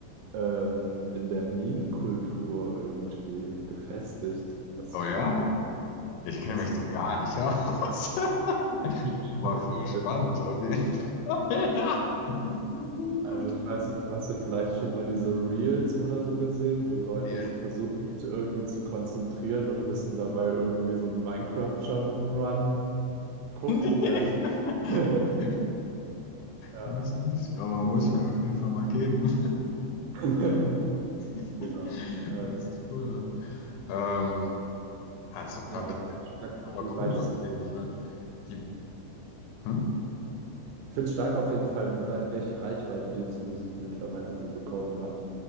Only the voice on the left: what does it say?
Oh ja?
Ich kenne
mich
da gar nicht aus. <laughs>
War viel spannend
auf jeden Fall. <laughs> Ja. Gut.
Nee.
<laughs>
Kenne ich nicht, aber muss
ich mir auf jeden Fall mal geben.
<laughs>
Hört sich cool an. Ähm, also,
okay.
Aber
cool
auf jeden Fall. Die, hm?